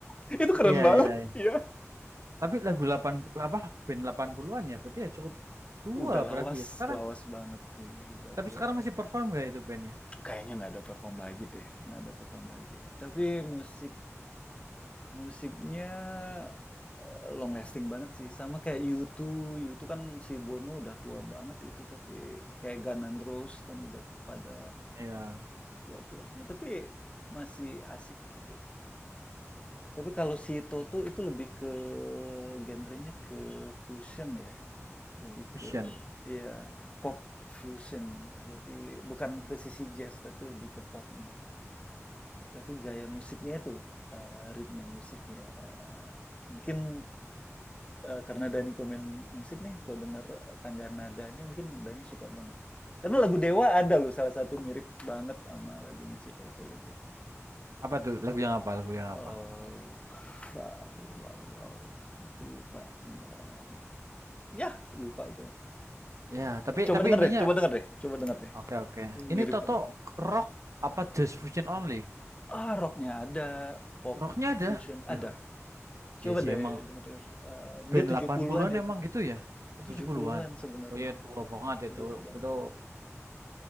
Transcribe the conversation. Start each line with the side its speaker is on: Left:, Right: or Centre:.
Left: <laughs> itu keren
Right: Iya,
Left: banget
Right: iya,
Left: iya
Right: Tapi lagu 80 apa band 80-an ya berarti ya cukup tua
Left: udah
Right: berarti
Left: lawas
Right: ya sekarang.
Left: lawas banget sih udah
Right: Tapi
Left: tua
Right: sekarang masih perform gak itu bandnya?
Left: kayaknya nggak ada perform lagi deh nggak ada perform lagi tapi musik Musiknya, eee, long lasting banget sih, sama kayak U2. U2 kan si Bono udah tua banget itu, tapi kayak Guns N' Roses kan udah pada
Right: Ya,
Left: tua-tua semua, tapi masih asik gitu. Tapi kalau si Toto itu lebih ke genrenya ke fusion ya, lebih
Right: Fusion.
Left: ke iya, pop fusion. Jadi bukan
Right: Oh.
Left: ke sisi jazz, tapi lebih ke popnya. Tapi gaya musiknya itu loh, eh, ritme musiknya. Eh, mungkin eh, karena Dani pemain musik nih, kalau dengar tangga nadanya mungkin Dani suka banget. Karena lagu Dewa ada loh salah satu mirip banget sama lagunya si Toto itu.
Right: Apa tuh lagu yang apa? Lagu yang
Left: Oh,
Right: apa?
Left: wow, wow, wow. Aku lupa. Nah, Ya, lupa aku.
Right: Ya, tapi
Left: Coba
Right: tapi
Left: denger
Right: ininya
Left: deh, coba denger deh, coba denger deh.
Right: oke oke. Ini
Left: Mirip
Right: Toto
Left: banget.
Right: rock apa just fusion only?
Left: Ah, rocknya ada, pop
Right: Rocknya ada.
Left: fusion
Right: Loh,
Left: ada. Coba
Right: ya sih
Left: deh
Right: emang
Left: denger-denger. Eh,
Right: band
Left: dia 70-an
Right: 80-an
Left: itu.
Right: emang gitu ya. 70-an.
Left: tujuh puluhan sebenarnya.
Right: Oh ya tua
Left: Ya,
Right: banget
Left: udah
Right: itu.
Left: tua banget
Right: Itu
Left: itu.